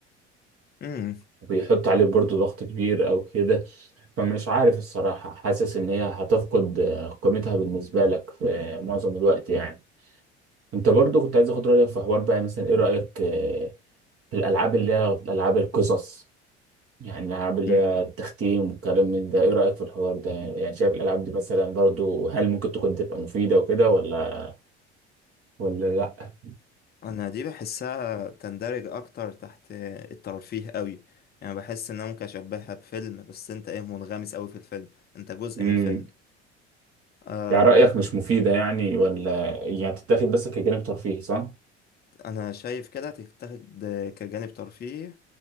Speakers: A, on the left; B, on the right.
A: م-
B: بيحط عليك برضو ضغط كبير او كده فمش عارف الصراحة حاسس ان هي هتفقد آه، قيمتها بالنسبة لك في معظم الوقت يعني انت برضو كنت عايز اخد رأيك في حوار بقى مثلا ايه رأيك آه، في الالعاب اللي هي العاب القصص يعني الالعاب اللي
A: م-
B: هي التختيم والكلام من ده ايه رأيك في الحوار ده يعني شايف الالعاب دي مثلا برضو هل ممكن تكون تبقى مفيدة وكده ولا ولا لا
A: انا دي بحسها تندرج اكتر تحت الترفيه قوي يعني بحس ان انا ممكن اشبهها بفيلم بس انت ايه منغمس قوي في الفيلم انت جزء
B: امم
A: من الفيلم فاهم
B: يعني رأيك مش مفيدة يعني ولا يعني تتاخد بس كجانب ترفيهي صح
A: انا شايف كده تتاخد كجانب ترفيهي